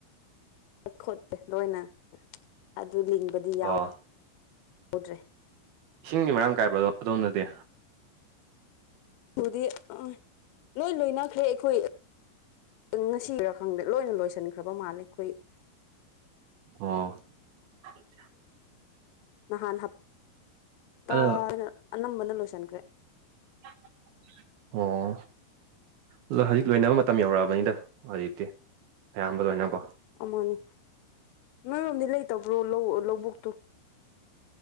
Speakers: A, on the left (about 85°); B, on the right (about 65°).
A: <inaudible> ꯈꯣꯠꯇꯦ ꯂꯣꯏꯅ ꯑꯗꯨ ꯂꯤꯡꯕꯗꯤ ꯌꯥꯎ
B: ꯑꯣ
A: <inaudible> ꯎꯗ꯭ꯔꯦ
B: ꯏꯁꯤꯡꯗꯤ ꯃꯔꯥꯡ ꯀꯥꯏꯕ꯭ꯔꯣ <unintelligible> ꯑꯗꯣꯝꯗꯗꯤ
A: ꯑꯗꯨꯗꯤ ꯑ ꯂꯣꯏ ꯂꯣꯏꯅꯈ꯭ꯔꯦ ꯑꯩꯈꯣꯏ ꯉꯁꯤ ꯔꯥ ꯈꯪꯗꯦ ꯂꯣꯏꯅ ꯂꯣꯏꯁꯤꯟꯈ꯭ꯔꯕ ꯃꯥꯜꯂꯦ ꯑꯩꯈꯣꯏ <inaudible>
B: ꯑꯣ <inaudible>
A: ꯅꯍꯥꯟ ꯍꯞꯇꯥꯅ
B: ꯑꯗꯣ
A: ꯑꯅꯝꯕꯅ ꯂꯣꯏꯁꯤꯟꯈ꯭ꯔꯦ
B: <unintelligible> ꯎꯝ ꯑꯗꯣ ꯍꯧꯖꯤꯛ ꯂꯣꯏꯅꯕ ꯃꯇꯝ ꯌꯧꯔꯛꯑꯕꯅꯤꯗ ꯍꯧꯖꯤꯛꯇꯤ ꯑꯌꯥꯝꯕ ꯂꯣꯏꯅꯀꯣ
A: ꯑꯃꯅꯤ ꯅꯣꯏꯔꯣꯝꯗꯤ ꯂꯩꯇꯕ꯭ꯔꯣ ꯂꯧ ꯂꯧꯕꯨꯛꯇꯨ